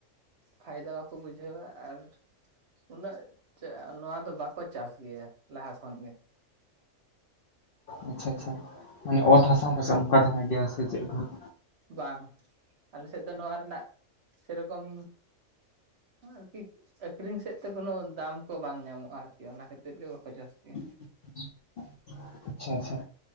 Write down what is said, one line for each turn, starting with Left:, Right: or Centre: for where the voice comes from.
Right: ᱯᱷᱟᱭᱫᱟ ᱵᱟᱠᱚ ᱵᱩᱡᱷᱟᱹᱣᱟ ᱟᱨ ᱩᱱᱟᱹᱜ ᱪ ᱱᱚᱣᱟ ᱾ ᱫᱚ ᱵᱟᱠᱚ ᱪᱟᱥ ᱜᱮᱭᱟ ᱞᱟᱦᱟ ᱠᱷᱚᱱ ᱜᱮ᱾
Left: ᱟᱪᱪᱷᱟ ᱟᱪᱪᱷᱟ ᱢᱟᱱᱮ ᱚᱛ ᱦᱟᱥᱟ ᱦᱚᱸ ᱚᱝᱠᱟ ᱫᱷᱟᱨᱟ ᱜᱮᱭᱟ, ᱥᱮ ᱪᱮᱫ ᱦᱟᱸᱜ?
Right: ᱵᱟᱝ ᱟᱞᱮᱥᱮᱫ ᱫᱚ ᱱᱚᱣᱟ ᱨᱮᱱᱟᱜ ᱥᱮᱨᱚᱠᱚᱢ <unintelligible> ᱟᱨᱠᱤ ᱾ ᱟᱠᱷᱨᱤᱧ ᱥᱮᱫᱛᱮ ᱠᱳᱱᱚ ᱫᱟᱢ ᱠᱚ ᱵᱟᱝ ᱧᱟᱢᱚᱜᱼᱟ ᱟᱨᱠᱤ ᱚᱱᱟ ᱠᱷᱟᱹᱛᱤᱨ ᱜᱮ ᱵᱟᱠᱚ ᱪᱟᱥ ᱜᱮᱭᱟ᱾
Left: <inaudible> ᱟᱪᱷᱟ ᱟᱪᱷᱟ